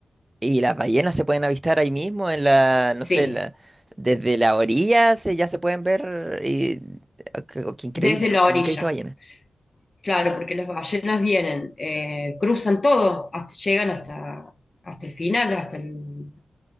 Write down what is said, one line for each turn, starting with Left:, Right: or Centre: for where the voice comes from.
Right: Y las ballenas se pueden avistar ahí mismo en la,
Left: Sí.
Right: no sé, la- desde la orilla se, ya se pueden ver y o qué o qué increíble,
Left: desde
Right: nunca,
Left: la orilla.
Right: nunca he visto ballenas. <laughs>
Left: Claro, porque las ballenas vienen, eh, cruzan todo, hasta, llegan hasta, hasta el final, hasta el,